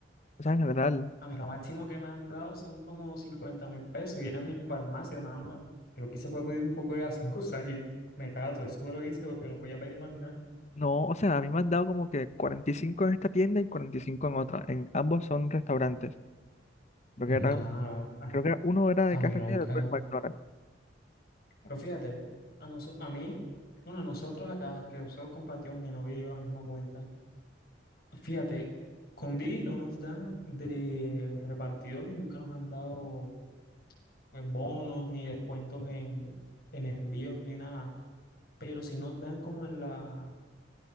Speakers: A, on the left (about 40°); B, on the left (about 55°).
A: o sea, en general.
B: A mí lo máximo que me han dado son como cincuenta mil pesos y eran en farmacia nada más. Lo que hice fue pedir un poco de gaseosa y me cato, eso fue lo que hice porque no podía pedir más nada.
A: No, o sea, a mí me han dado como que 45 en esta tienda y 45 en otra. En ambos son restaurantes. Creo
B: Nada,
A: que era, creo que era- uno era de
B: a
A: KFC
B: mí nunca.
A: y el otro de McDonald's.
B: Pero fíjate, a, noso- a mí, bueno, a nosotros acá, que nosotros compartimos mi novia y yo la misma cuenta, fíjate, con Didi no nos dan de repartidor, nunca nos han dado pues, bonos, ni descuentos en, en envíos, ni nada. Pero si nos dan como en la,